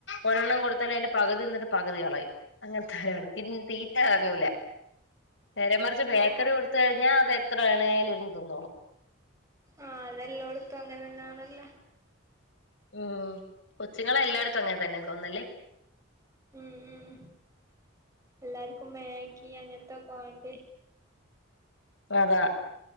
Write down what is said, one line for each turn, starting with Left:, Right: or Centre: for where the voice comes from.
Left: ഒരെണ്ണം കൊടുത്താലും അതിൻ്റെ പകുതി തിന്നിട്ട് പകുതി കളയും അങ്ങനത്തേണ്. തീറ്റ ഇറങ്ങൂല നേരെ മറിച്ച് ബേക്കറി
Right: ഓഹ് ഓഹ്
Left: കൊടുത്ത് കഴിഞ്ഞാ അത് എത്രവേണേലും ഇരുന്ന് തിന്നോളും
Right: ആഹ അതെല്ലോടത്തും അങ്ങനെന്നാണല്ലോ
Left: ഉം കൊച്ചുങ്ങളെ എല്ലാടത്തും അങ്ങനെ തന്നെ തോന്നല്ലേ
Right: ഉം ഉം എല്ലാർക്കും മാഗി അങ്ങനത്തൊക്കെ വേണ്ടേ
Left: അതാ